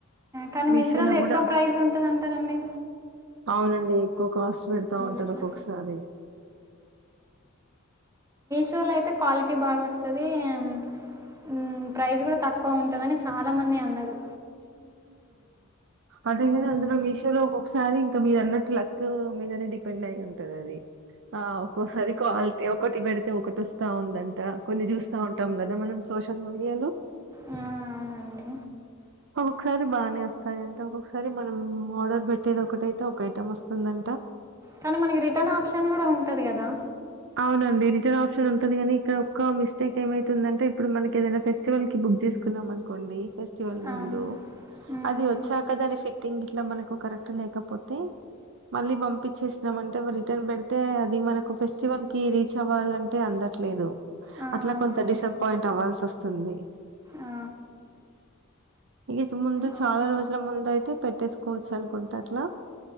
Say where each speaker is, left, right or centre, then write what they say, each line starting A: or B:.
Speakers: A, on the right; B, on the right.
A: కానీ
B: మీషోలో
A: మింత్రాలో
B: గూడా
A: ఎక్కువ ప్రైస్ ఉంటదాంటారండి?
B: అవునండి కొక్కస్ట్ పెడతా ఉంటారు
A: పెట్టిన
B: ఒక్కొక్ సారి.
A: షోలా అయితే క్వాలిటీ బాగా వస్తది. ఆమ్ ఉమ్ ప్రైస్ కూడా తక్కువ ఉంటుందని, చాలా మంది అన్నారు.
B: అదే
A: ఉమ్,
B: గద అందులో మీషోలో ఒకొక్క స్ సారి ఇంకా మీరు అన్నట్టు లక్ మీదనే డిపెండ్ అయి ఉంటది అది. ఆ ఒక్కోసారి క్వాలిటీ, ఒక్కటి బేడ్ తే ఒకటోస్తా ఉందంట. కొన్ని చూస్తా ఉంటాం కదా, మనం సోషల్ మీడియాలో.
A: ఆ అవునండి
B: ఒక్కొక్కసారి బాగానే వస్తాయంట. ఒక్కొక్కసారి మనం ఆర్డర్ పెట్టేది ఒకటైతే, ఒక ఐటెం వస్తుందంట.
A: కానీ మనకి రిటర్న్ ఆప్షన్ గూడా, ఉంటది కదా.
B: అవునండి రిటర్న్ ఆప్షన్ ఉంటది కాని. ఇక్కడ ఒకక్క మిస్టేక్ ఏమైతుందాంటే, ఇప్డు మనకేదైనా ఫెస్టివల్ కి బుక్ చేస్ కునమన్కోండి. ఫెస్టివల్ కి
A: ఆ,
B: ముందు
A: ఉమ్,
B: అది వచ్చాక దాని ఫిట్టింగ్ కి ట్లా మనకు కరెక్ట్ లేకపోతే. మళ్ళీ పంపించేసినాం అంటే, ల్ రిటర్న్ పెడితే అది మనకు ఫెస్ట్ స్టివల్ కి రీచ్ అవ్వాలంటే అందట్లేదు.
A: ఆ,
B: అట్లా
A: అవునండి
B: కొంత డిసప్పయింట్ అవ్వాల్సి వస్తుంది.
A: ఆ,
B: ఇగాతే, ముందు
A: అవును
B: చాలా రోజుల ముందు అయితే పెట్ ట్టేస్కోవాచ్చు అనుకుంట అట్లా,